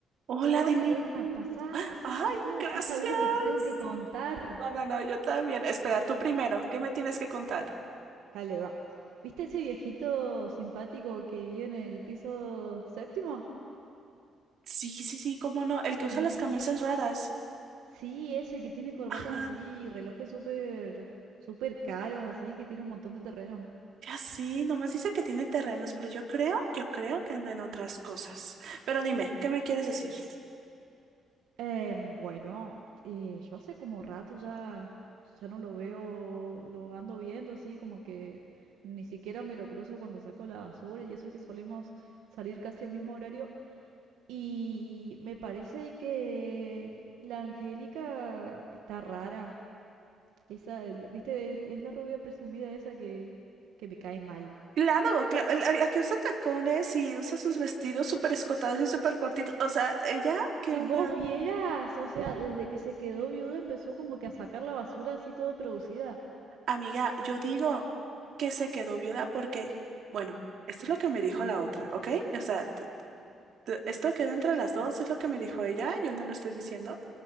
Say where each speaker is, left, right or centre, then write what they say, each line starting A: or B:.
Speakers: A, on the right; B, on the right.
A: Hola,
B: Hola
A: Denise.
B: Elena, pasá, pasá,
A: Ay,
B: pasá,
A: gracias.
B: no sabés lo que te tengo que contar.
A: No, no, no, yo también. Espera, tú primero, ¿qué me tienes que contar?
B: Dale, va. ¿Viste ese viejito simpático que vive en el piso séptimo?
A: Sí, sí, sí, cómo no, el que
B: Sí,
A: usa las camisas raras.
B: sí, ese que tiene corbatas
A: Ajá,
B: así, relojes súper, súper caros así, que tiene un montón de terreno.
A: ya sí, nomás dice que tiene terrenos, pero yo creo, yo creo que anda en otras cosas. Pero dime, ¿qué me quieres decir?
B: Eh, bueno, eh, yo hace como rato ya, ya no lo veo, lo ando viendo así, como que ni siquiera me lo cruzo cuando saco la basura y eso que solemos salir casi al mismo horario. Y me parece que la Angélica está rara. Esa, el- viste, es es la rubia presumida esa que, que me cae mal.
A: Claro, claro, la, la que usa tacones y usa sus vestidos súper escotados y súper cortitos. O sea, ¿ella qué
B: Si
A: onda?
B: vos vieras, o sea, desde que se quedó viuda empezó como que a sacar la basura así todo producida.
A: Amiga, yo digo que se quedó viuda porque, bueno, esto es lo que me dijo la otra, ¿ok? O sea, t- t- esto queda entre las dos, es lo que me dijo ella, yo no lo estoy diciendo,